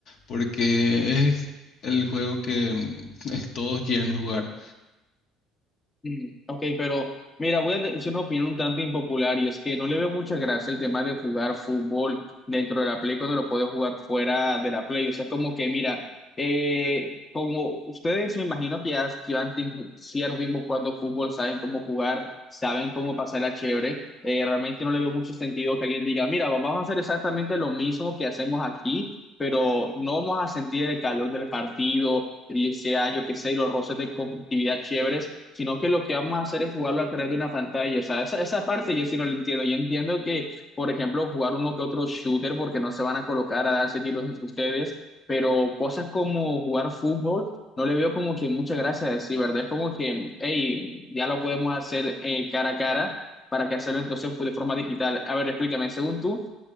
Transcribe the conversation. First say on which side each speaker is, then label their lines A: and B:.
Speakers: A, on the left; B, on the left.
A: porque es el juego que mm, <laughs> todos quieren jugar.
B: Mm, Ok, pero mira, voy a decir una opinión un tanto impopular y es que no le veo mucha gracia el tema de jugar fútbol dentro de la Play cuando lo puedes jugar fuera de la Play. O sea, como que mira, eh, como ustedes me imagino que ya llevan tiemp- cierto tiempo jugando fútbol, saben cómo jugar, saben cómo pasarla chévere. Eh, realmente no le veo mucho sentido que alguien diga, mira, vamos a hacer exactamente lo mismo que hacemos aquí, pero no vamos a sentir el calor del partido, y sea, yo qué sé, los roces de competitividad chéveres, sino que lo que vamos a hacer es jugarlo a través de una pantalla. O sea, esa, esa parte yo sí no la entiendo. Yo entiendo que, por ejemplo, jugar uno que otro shooter, porque no se van a colocar a darse tiros entre ustedes, pero cosas como jugar fútbol. No le veo como que muchas gracias, sí, ¿verdad? Es como que, hey, ya lo podemos hacer eh, cara a cara, ¿para que hacerlo entonces de forma digital? A ver, explícame, según tú,